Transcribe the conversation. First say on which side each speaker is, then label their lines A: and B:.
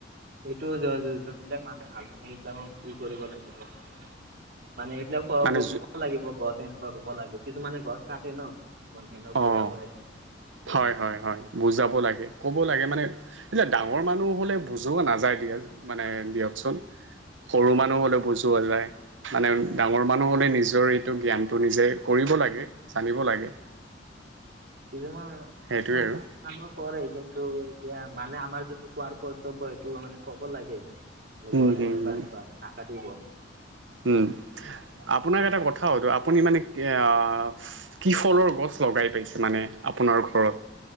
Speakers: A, on the right; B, on the right.
A: এইটো য য যোনবিলাক মানুহ নাজানে সেইবিলাক কি কৰিব লাগিব মানে। মানে এইবিলাক
B: মানে
A: কব লাগিব গছ এনেকুৱা ৰুব লাগে। কিছুমানে গছ কাটে ন। কিছুমান সিহঁতক
B: অঁ
A: বুজাব লাগিব। তেনেকুৱাকে
B: হয়, হয়, হয়। বুজাব লাগে। ক'ব লাগে মানে। এতিয়া ডাঙৰ মানুহ হলে, বুজোৱা নাযায় দিয়া মানে দিয়কচোন। সৰু মানুহ হ'লে বুজোৱা যায়। মানে ডাঙৰ মানুহ হ'লে নিজৰ এইটো জ্ঞানটো নিজে কৰিব লাগে। জানিব লাগে।
A: কিছুমান
B: সেইটোৱে
A: কিছুমান
B: আৰু
A: ডাঙৰ মানুহে কৰে কিন্তু এতিয়া মানে আমাৰ যোনটো কোৱাৰ কৰ্তব্য, সেইটো মানে ক'ব লাগে। গছ
B: উম, হম,
A: এনেকুৱা-এনেকুৱা
B: হম,
A: নাকাটিব।
B: উম' আপোনাক এটা কথা সুধো, আপুনি মানে কি অহ, কি ফলৰ গছ লগাই পাইছে, মানে আপোনাৰ ঘৰত।